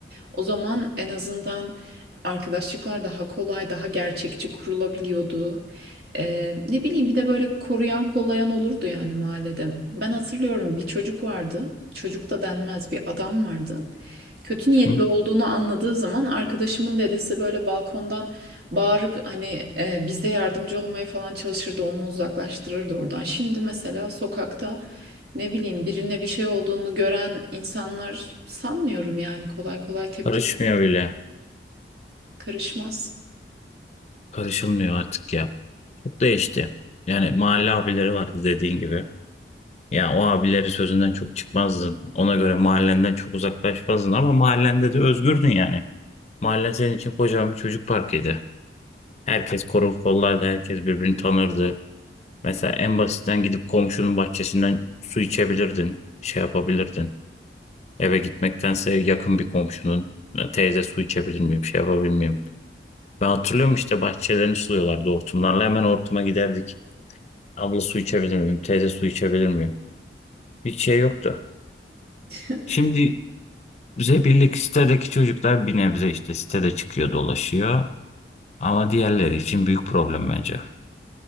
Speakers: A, on the right; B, on the left.
A: O zaman en azından arkadaşlıklar daha kolay, daha gerçekçi kurulabiliyordu. Ee, ne bileyim bir de böyle koruyan kollayan olurdu yani mahallede. Ben hatırlıyorum bir çocuk vardı. Çocuk da denmez bir adam vardı. Kötü niyetli
B: Hı?
A: olduğunu anladığı zaman arkadaşımın dedesi böyle balkondan bağırıp hani e, bize yardımcı olmaya falan çalışırdı. Onu uzaklaştırırdı oradan. Şimdi mesela sokakta ne bileyim birine bir şey olduğunu gören insanlar sanmıyorum yani kolay kolay tepki
B: Karışmıyor bile.
A: Karışmaz.
B: Karışılmıyor artık ya. Çok değişti. Yani mahalle abileri vardı dediğin gibi. Yani o abileri sözünden çok çıkmazdın. Ona göre mahallenden çok uzaklaşmazdın ama mahallende de özgürdün yani. Mahallen senin için kocaman bir çocuk parkıydı. Herkes korur kollardı, herkes birbirini tanırdı. Mesela en basitten gidip komşunun bahçesinden su içebilirdin, şey yapabilirdin. Eve gitmektense yakın bir komşunun teyze su içebilir miyim, şey yapabilir miyim? Ben hatırlıyorum işte bahçelerini suluyorlardı hortumlarla. Hemen hortuma giderdik. Abla su içebilir miyim? Teyze su içebilir miyim? Hiç şey yoktu.
A: <laughs>
B: Şimdi bize birlik sitedeki çocuklar bir nebze işte sitede çıkıyor dolaşıyor. Ama diğerleri için büyük problem bence.